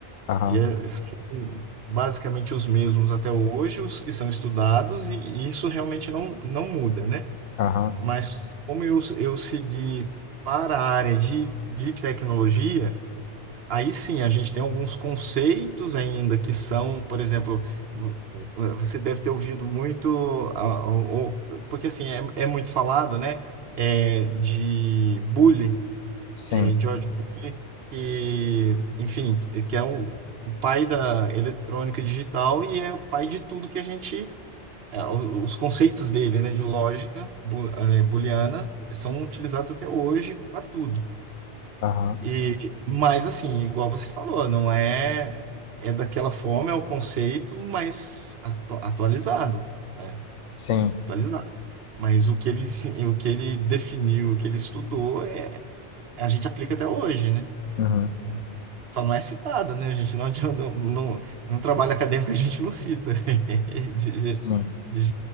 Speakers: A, on the left; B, on the right.
A: aham,
B: E eh, são basicamente os mesmos até hoje, os que são estudados, e, e isso realmente não, não muda, né?
A: aham,
B: Mas como eu, eu segui para a área de, de tecnologia, Aí sim, a gente tem alguns conceitos ainda que são, por exemplo, vo- você deve ter ouvido muito, ah, ou- ou- porque assim, é, é muito falado, né? é, de Bully,
A: sim,
B: é, George Bully, que, enfim, que é o, o pai da eletrônica digital e é o pai de tudo que a gente. é, o- os conceitos dele, né, de lógica bu- eh, booleana são utilizados até hoje para tudo.
A: aham,
B: E, mas assim, igual você falou, não é é daquela forma, é o conceito, mas atu- atualizado, né?
A: sim,
B: Atualizado. Mas o que ele, se- o que ele definiu, o que ele estudou, é, a gente aplica até hoje, né?
A: uhum,
B: Né? Só não é citado, né? A gente não adianta, não, não trabalho acadêmico, a gente não cita <laughs> de,
A: sim,
B: je- de,